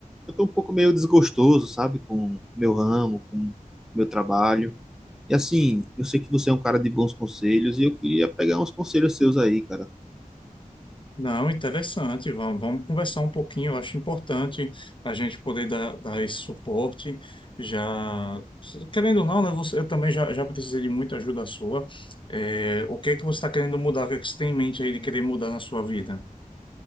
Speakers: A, in the centre; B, on the left.
A: eu tô um pouco meio desgostoso, sabe, com o meu ramo, com o meu trabalho. E assim, eu sei que você é um cara de bons conselhos e eu queria pegar uns conselhos seus aí, cara.
B: Não, interessante. Vamos, vamos conversar um pouquinho. Eu acho importante a gente poder dar, dar esse suporte. Já, querendo ou não, né, você, eu também já, já precisei de muita ajuda sua. É, o que é que você está querendo mudar? O que é que você tem em mente aí de querer mudar na sua vida?